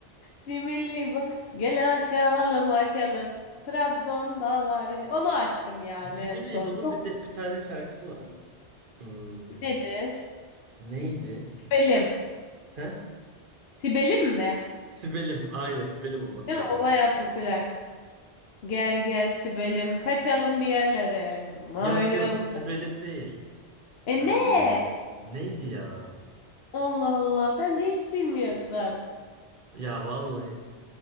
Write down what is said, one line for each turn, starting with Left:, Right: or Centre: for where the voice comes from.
Left: Cimri bu. Gel aşalım aşalım. Trabzon dağlarını. Onu açtım yani
Right: Cimri
Left: en son.
Right: İbo'nun
Left: Çok
Right: bir de bir tane şarkısı var. Hmm.
Left: nedir?
Right: Neydi?
Left: Sibelim.
Right: He?
Left: Sibelim mi?
Right: Sibelim. Aynen Sibelim olması
Left: Değil mi?
Right: lazım.
Left: O bayağı popüler. Gel gel Sibelim. Kaçalım bir yerlere. Durma
Right: Yok
Left: öyle.
Right: yok Sibelim değil.
Left: E
Right: Ee,
Left: ne?
Right: neydi ya?
Left: Allah Allah. Sen de hiç bilmiyorsun.
Right: Ya vallahi